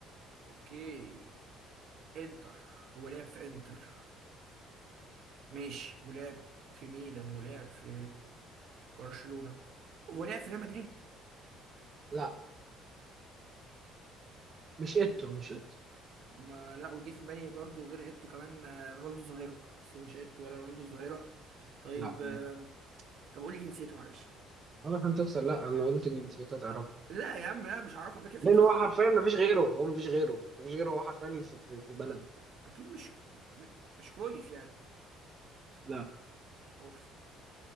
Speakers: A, on the right (about 55°); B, on the right (about 30°).
A: اوكي انتر هو لعب في انتر ماشي ولعب في ميلان ولعب في برشلونة هو لعب في ريال مدريد
B: لا مش ايتو
A: اوكي
B: مش ايتو
A: ما لا وجه في بالي برضه غير ايتو كمان آه، رونالدو الظاهرة بس مش ايتو ولا رونالدو الظاهرة طيب
B: لا لا
A: آم، طب قولي جنسيته معلش
B: ولا عشان تخسر لا انا قلت جنسيته تعرفه
A: لا يا عم لا مش هعرفه على فكرة في
B: لان
A: كتير
B: هو حرفيا ما فيش غيره هو ما فيش غيره ما فيش غيره هو حرفيا اللي في, في, في بلده
A: اكيد مش م- مش كرويف يعني
B: لا
A: اوف